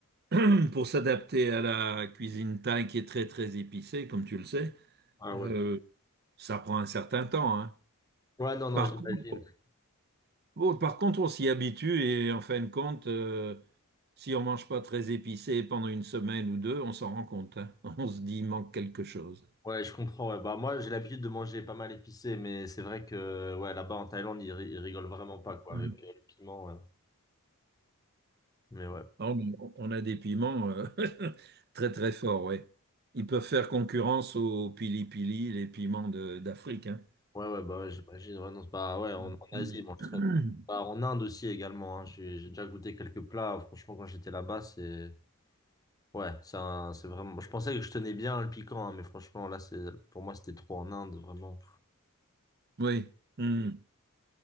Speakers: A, on the right (about 45°); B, on the left (about 15°).
A: <clears throat> pour s'adapter à la cuisine thaï qui est très très épicée, comme tu le sais,
B: ah
A: euh,
B: ouais.
A: ça prend un certain temps. hein.
B: Ouais, non, non,
A: Par
B: j'imagine.
A: contre, bon, par contre, on s'y habitue et en fin de compte. euh, Si on mange pas très épicé pendant une semaine ou deux, on s'en rend compte, hein. <laughs> On se dit, il manque quelque chose.
B: Ouais, je comprends. Ouais. Bah, moi, j'ai l'habitude de manger pas mal épicé, mais c'est vrai que ouais, là-bas en Thaïlande, ils, ri- ils rigolent vraiment pas quoi,
A: Mhm.
B: avec euh, le piment. ouais. Mais ouais.
A: Ah, On, on a des piments euh, <laughs> très très forts, ouais. Ils peuvent faire concurrence aux pili-pili, les piments de- d'Afrique, hein.
B: Ouais, ouais, bah ouais, j'imagine. Ouais, non, c'est pas... ouais, en,
A: Mhm.
B: en Asie, ils mangent très peu. Bah, en Inde aussi également. hein. J'ai j'ai déjà goûté quelques plats. Franchement, quand j'étais là-bas, c'est. Ouais, c'est un- c'est vraiment. Je pensais que je tenais bien le piquant, hein, mais franchement, là, c'est pour moi, c'était trop en Inde, vraiment.
A: <clears throat> Oui. Hmm.